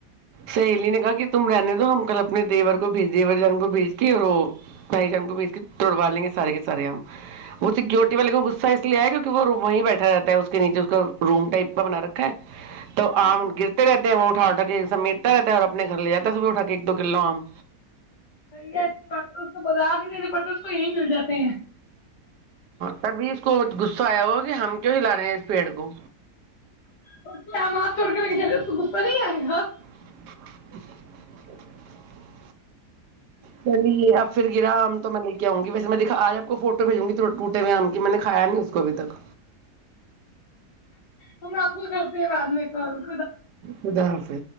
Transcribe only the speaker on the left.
اچھا
بی اچھی بات ہے اس کو بازار سے نہیں پڑتے اس کو یہی مل جاتے ہیں
اس کے آم آپ چھوڑ کے ج تو گپر ہی آئے گا
تو آپ کو کرھرتے بعد میں کر